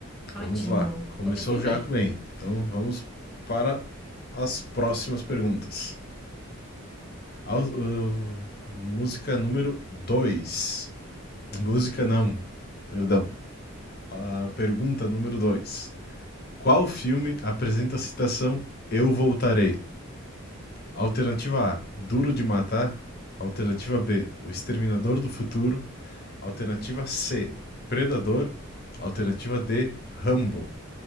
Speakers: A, in the centre; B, on the left.
A: ótimo.
B: Vamos lá. Começou
A: Comecei
B: já
A: bem.
B: bem. Então vamos para as próximas perguntas. Au- uh, música número 2. Música não, perdão. A pergunta número 2. Qual filme apresenta a citação Eu Voltarei? Alternativa A, Duro de Matar. Alternativa B, O Exterminador do Futuro. Alternativa C, Predador. Alternativa D, Rambo.